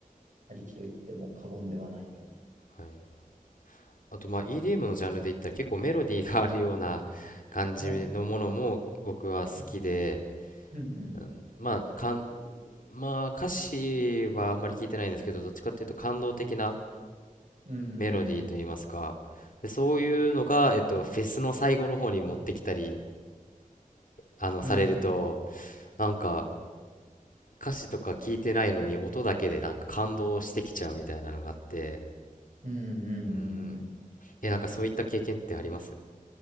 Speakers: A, on the right; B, on the left.
A: ありきと言っても過言ではないような。
B: あ、はい。あとまあ EDM のジャンルで言ったら結構メロディーがあるような感じのものも僕は好きで、
A: はい。うんうんうん。
B: うんまあ、かんまあ歌詞はあんまり聞いてないんですけどどっちかっていうと感動的な
A: うん、
B: メロディーといいますかでそういうのが、えっと、フェスの最後の方に持ってきたりあのされると
A: うん、うん、
B: なんか歌詞とか聞いてないのに音だけでなんか感動してきちゃうみたいなのがあって
A: うん、うん、うん。
B: うんえなんかそういった経験ってあります